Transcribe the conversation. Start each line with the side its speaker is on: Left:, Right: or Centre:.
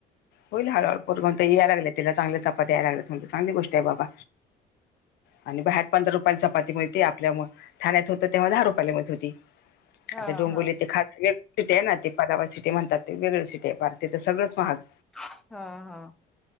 Left: होईल हळ हळ पोरण याय लाग तिला चांगलं चपात द्याय लागत चांगली गोष्ट आहे बाबा आणि बाहेर पंधरा रुपयाची चपाती मिळते आपल्या ठाण्यात होत तेव्हा दहा रुपयला मिळत होती.
Centre: हा
Left: आता डोंबिवली
Centre: हा
Left: ते खास वेग सिटी आहे ना ते पदावा सिटी म्हणतात ते वेगळ सिट ते पार ते तरं सगळंच महाग
Centre: हा हा